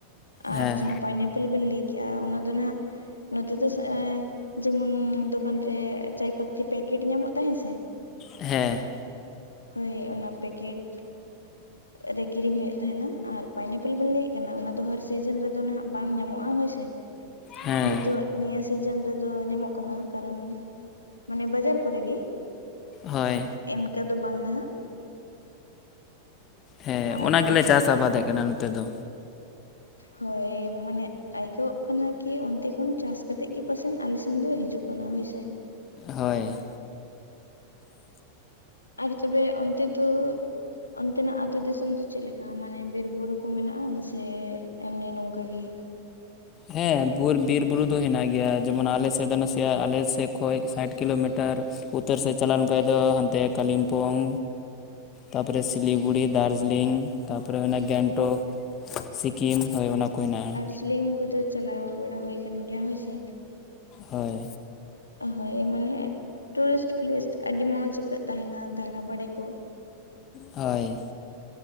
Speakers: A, on the left (about 85°); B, on the left (about 30°).
A: ᱟᱨ
B: ᱦᱮᱸ
A: ᱡᱟᱦᱟᱸ ᱯᱟᱭᱤᱱᱟᱯᱮᱞ ᱵᱮᱱ ᱞᱟᱹᱭ ᱠᱮᱜᱼᱟ ᱚᱱᱟ ᱫᱚ ᱱᱟᱦᱟᱜ ᱱᱚᱛᱮ ᱫᱚ ᱮᱸ ᱡᱮᱢᱚᱱ ᱫᱚᱠᱟᱱ ᱨᱮ ᱪᱟᱭ ᱯᱟᱛᱤ ᱯᱮᱠᱮᱴ ᱧᱟᱢᱚᱜ ᱛᱟᱦᱮᱸ ᱥᱮ
B: ᱦᱮᱸ
A: ᱦᱳᱭ ᱚᱱᱟ ᱯᱮᱠᱮᱴ ᱨᱮ ᱠᱤᱨᱤᱧ ᱦᱩᱭᱩᱜ ᱛᱟᱦᱮᱱᱟ ᱟᱨ ᱯᱟᱭᱱᱟᱯᱮᱞ ᱵᱮᱱ ᱞᱟᱹᱭᱮᱫ ᱠᱟᱱᱟ ᱚᱱᱟ ᱫᱚ ᱦᱟᱨ ᱥᱤᱡᱤᱱ ᱨᱮᱫᱚ ᱱᱟᱦᱟᱸᱜ ᱵᱟᱝ ᱧᱟᱢᱚᱜᱼᱟ ᱦᱳᱭᱥᱮ
B: ᱦᱮᱸ
A: ᱱᱤᱛᱳᱜ ᱱᱤᱭᱟᱹ ᱥᱤᱡᱮᱱ ᱨᱮᱫᱚ ᱧᱟᱢᱚᱜ ᱠᱟᱱᱟ ᱠᱟᱨᱚᱱ ᱢᱟᱱᱮ ᱵᱟᱡᱟᱨ ᱠᱚᱨᱮ ᱜᱮ
B: ᱦᱳᱭ
A: ᱮᱱᱠᱟᱹ ᱫᱚ ᱵᱟᱝ ᱱᱟᱦᱟᱜ
B: ᱦᱮᱸ
A: ᱟᱨ
B: ᱚᱱᱟ ᱜᱮᱞᱮ ᱪᱟᱥ ᱟᱵᱟᱫ ᱮᱫ ᱠᱟᱱᱟ ᱱᱚᱛᱮ ᱫᱚ
A: ᱦᱳᱭ ᱢᱟᱱᱮ ᱟᱹᱭᱠᱟᱹᱣᱚᱜ ᱠᱟᱱᱟ ᱠᱤ ᱚᱱᱛᱮ ᱠᱷᱚᱱ ᱪᱟᱥ ᱠᱟᱛᱮᱜ ᱜᱮ ᱯᱟᱥᱮᱱ ᱟᱞᱮᱥᱮᱱ ᱫᱚ ᱦᱤᱡᱩᱜ ᱠᱟᱱᱟ ᱦᱳᱭᱥᱮ᱾
B: ᱦᱳᱭ
A: ᱟᱨ ᱛᱚᱵᱮ ᱚᱱᱛᱮ ᱫᱚ ᱚᱱᱛᱮᱱᱟᱜ ᱟᱹᱛᱩ ᱫᱤᱥᱚᱢ ᱫᱚ ᱪᱮᱫ ᱞᱮᱠᱟ ᱢᱟᱱᱮ ᱵᱤᱨ ᱵᱩᱨᱩ ᱠᱚ ᱢᱮᱱᱟᱜᱼᱟ ᱥᱮ ᱮᱢᱱᱤ ᱱᱚᱝᱠᱟ ᱜᱮ?
B: ᱦᱮᱸ ᱵᱤᱨ ᱵᱩᱨᱩ ᱫᱚ ᱦᱮᱱᱟᱜ ᱜᱮᱭᱟ ᱡᱮᱢᱚᱱ ᱟᱞᱮ ᱥᱮᱫ ᱫᱚ ᱱᱟᱥᱮᱭᱟᱜ ᱟᱞᱮ ᱥᱮᱫ ᱠᱷᱚᱱᱚᱡ ᱥᱟᱴ ᱠᱤᱞᱳᱢᱤᱴᱟᱨ ᱩᱛᱚᱨ ᱥᱮᱫ ᱪᱟᱞᱟᱣ ᱞᱮᱱᱠᱷᱟᱡ ᱫᱚ ᱦᱟᱱᱛᱮ ᱠᱟᱞᱤᱢᱯᱚᱝ᱾ ᱛᱟᱨᱯᱚᱨᱮ ᱥᱤᱞᱤᱜᱩᱲᱤ, ᱫᱟᱨᱡᱤᱞᱤᱝ, ᱛᱟᱨᱯᱚᱨᱮ ᱦᱩᱭᱱᱟ ᱜᱮᱝᱴᱚᱠ᱾ ᱥᱤᱠᱤᱢ ᱦᱳᱭ ᱚᱱᱟᱠᱚ ᱦᱮᱱᱟᱜᱼᱟ᱾
A: ᱥᱩᱞᱤᱢ ᱠᱚᱫᱚ ᱪᱟᱞᱟᱣ ᱵᱟᱲᱟ ᱦᱩᱭ ᱟᱠᱟᱱ ᱜᱮᱭᱟ ᱦᱳᱭᱥᱮ᱾
B: ᱦᱳᱭ
A: ᱦᱚᱭ ᱢᱟᱱᱮ ᱴᱩᱨᱤᱥᱴ ᱯᱷᱮᱞᱮᱥ ᱟᱹᱰᱤ ᱢᱚᱸᱡᱽ ᱟᱹᱭᱠᱟᱹᱜ ᱛᱟᱦᱮᱱᱟ ᱫᱟᱬᱟ ᱵᱟᱲᱟᱭ ᱠᱚ᱾
B: ᱦᱳᱭ